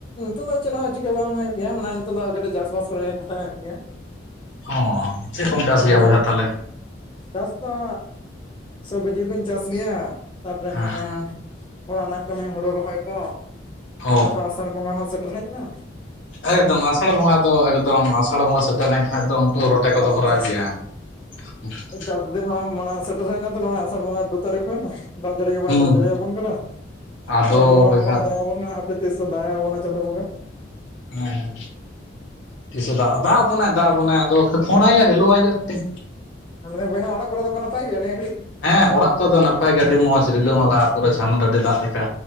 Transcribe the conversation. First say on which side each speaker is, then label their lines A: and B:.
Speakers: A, on the left; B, on the left.
A: ᱱᱤᱛᱚᱜ ᱫᱚ ᱪᱮᱫ ᱦᱚᱸ ᱪᱤᱠᱟᱹ ᱵᱟᱝ ᱦᱩᱭᱩᱜ ᱜᱮᱭᱟ ᱢᱟᱱᱮ ᱱᱤᱛᱚᱜ ᱫᱚ ᱠᱟᱹᱴᱤᱡ ᱪᱟᱥᱵᱟᱥ ᱠᱚᱨᱮ ᱠᱷᱟᱴᱟᱜ ᱦᱩᱭᱩᱜ ᱜᱮᱭᱟ᱾
B: ᱦᱚᱸ ᱪᱮᱫ ᱠᱚᱢ ᱪᱟᱥ
A: ᱟᱫᱚ
B: ᱜᱮᱭᱟ ᱵᱚᱭᱦᱟ ᱛᱟᱦᱞᱮ?
A: ᱪᱟᱥ ᱫᱚ ᱥᱚᱵᱡᱤ ᱠᱩᱧ ᱪᱟᱥ ᱜᱮᱭᱟ, ᱛᱟᱯᱚᱨᱮ
B: ᱦᱮᱸ
A: ᱱᱤᱭᱟᱹ ᱚᱲᱟᱜ ᱨᱮᱱᱟᱜ ᱠᱟᱹᱢᱤ ᱦᱳᱲᱳ ᱨᱚᱦᱚᱭ ᱠᱚ ᱱᱚᱜᱼᱚᱭ
B: ᱚ
A: ᱛᱚ ᱟᱥᱟᱲ ᱵᱚᱸᱜᱟ ᱦᱚᱸ ᱥᱮᱴᱮᱨ ᱦᱮᱡ ᱱᱟ,
B: ᱮᱠᱫᱚᱢ ᱟᱥᱟᱲ ᱵᱚᱸᱜᱟ ᱫᱚ ᱮᱠᱫᱚᱢ ᱟᱥᱟᱲ ᱵᱚᱸᱜᱟ ᱥᱮᱴᱮᱨ ᱞᱮᱱᱠᱷᱟᱱ ᱫᱚ ᱩᱱᱠᱩ ᱨᱚᱴᱮ ᱠᱚᱫᱚ
A: ᱟᱫᱚ
B: ᱠᱚ
A: ᱪᱟᱥ
B: ᱨᱟᱜ ᱜᱮᱭᱟ᱾ <inaudible>
A: ᱪᱟᱥ ᱫᱤᱱ ᱦᱚᱸ ᱢᱟᱱᱮ ᱥᱮᱴᱮᱨ ᱦᱮᱡᱱᱟ ᱛᱚ ᱱᱚᱜᱚᱭ ᱟᱥᱟᱲ ᱵᱚᱸᱜᱟ ᱫᱩ ᱛᱟᱹᱨᱤᱠᱷ ᱦᱩᱭᱮᱱᱟ᱾ ᱫᱟᱜ ᱡᱟᱹᱲᱤ ᱜᱮ ᱵᱟᱭ
B: ᱦᱩᱸ
A: ᱫᱟᱜ ᱡᱟᱹᱲᱤ
B: ᱦᱩᱸ
A: ᱟᱵᱚᱱ ᱠᱟᱱᱟ
B: ᱟᱫᱚ
A: ᱪᱟᱸᱫᱳ ᱵᱚᱸᱜᱟ
B: ᱵᱚᱭᱦᱟ
A: ᱦᱚᱸ ᱵᱟᱭ ᱫᱟᱭᱟ ᱟᱵᱚᱱ ᱠᱟᱱᱟ᱾ ᱯᱮ ᱛᱤᱥᱮ ᱫᱟᱜ ᱟᱵᱚᱱᱟ ᱪᱟᱸᱫᱳ ᱵᱚᱸᱜᱟ,
B: ᱦᱮᱸ ᱦᱮᱸ ᱛᱤᱥᱮ ᱫᱟᱜ ᱫᱟᱜ ᱟᱵᱚᱱᱟᱭ ᱫᱟᱜ
A: ᱦᱮᱸ
B: ᱟᱵᱚᱱᱟᱭ ᱟᱫᱚ ᱠᱟᱹᱴᱤᱡ ᱯᱷᱳᱱ ᱟᱭ ᱦᱩᱭᱩᱜᱼᱟ ᱦᱮᱞᱳᱣ ᱟᱭ ᱦᱩᱭᱩᱜᱼᱟ ᱠᱟᱹᱴᱤᱡ᱾
A: ᱞᱟᱹᱭᱫᱟᱧ ᱵᱚᱭᱦ ᱚᱲᱟᱜ ᱠᱚᱨᱮ ᱫᱚᱠᱚ ᱱᱟᱯᱟᱭ ᱜᱮᱭᱟ ᱱᱤᱭᱟᱹ ᱜᱷᱟᱹᱲᱤᱡ?
B: ᱦᱮᱸ ᱚᱲᱟᱜ ᱠᱚᱫᱚ ᱱᱟᱯᱟᱭ ᱜᱮ ᱟᱹᱰᱤ ᱢᱚᱸᱡᱽ ᱨᱤᱞᱟᱹᱢᱟᱞᱟ ᱯᱩᱨᱟᱹ ᱡᱷᱟᱱ ᱰᱟᱹᱰᱤ ᱫᱟᱜ ᱞᱮᱠᱟ᱾